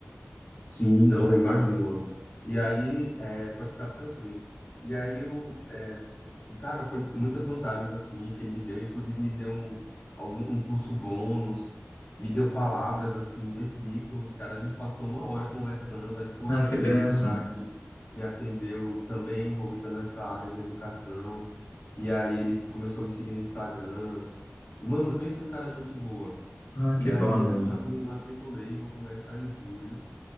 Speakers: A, on the left; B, on the left.
A: Sim, não, eu imagino, mano. E aí, é, pode ficar tranquilo. E aí eu, é, cara, foi muitas vantagens assim que ele me deu, ele inclusive me deu um, algum, um curso bônus, me deu palavras assim, versículos, cara, a gente passou uma hora conversando, a esposa
B: Ah, que
A: dele,
B: bênção.
A: do cara que me atendeu, também é envolvida nessa área de educação, e aí ele começou a me seguir no Instagram. Mano, pensa num cara gente boa.
B: Ah,
A: E
B: que bom,
A: aí
B: meu.
A: eu já me matriculei, vou começar em julho.